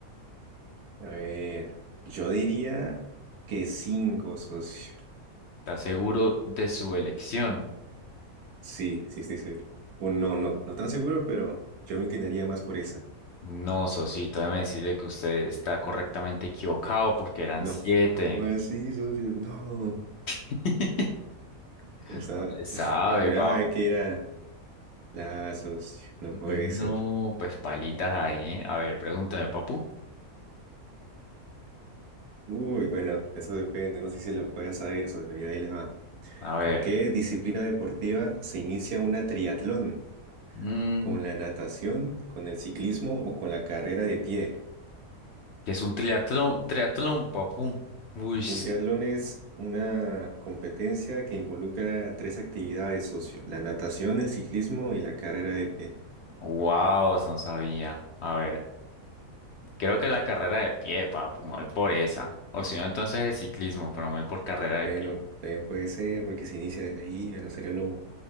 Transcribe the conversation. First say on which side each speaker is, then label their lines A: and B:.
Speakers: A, on the right; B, on the left.
A: a ver. Yo diría que cinco, socio.
B: ¿Estás seguro de su elección?
A: Sí, sí estoy seguro. O no, no, no tan seguro, pero yo me inclinaría más por esa.
B: No, Sosito, déjeme decirle que usted está correctamente equivocado porque eran
A: No,
B: siete.
A: ¿cómo así, socio? No,
B: <laughs>
A: esa,
B: No le sabe,
A: <laughs> yo juraba
B: papu.
A: que era la socio, no puede
B: No,
A: ser.
B: pues palitas ahí. ¿eh? A ver, pregúntame, papu.
A: Uy, bueno, eso depende, no sé si la puedas saber, socio, mira, ahí le va.
B: A ver.
A: ¿Con qué disciplina deportiva se inicia una triatlón?
B: mm,
A: ¿Con la natación, con el ciclismo o con la carrera de pie?
B: ¿qué es un triatlón? Triatlón, papu. Uy,
A: Un triatlón es una competencia que involucra tres actividades, socio, la natación, el ciclismo y la carrera de pie.
B: wow, no sabía. A ver. Creo que la carrera de pie, papu, me voy por esa. O si no, entonces el ciclismo, pero me voy por carrera
A: Bueno,
B: de pie.
A: también puede ser porque se inicia desde ahí, bueno, sería lo,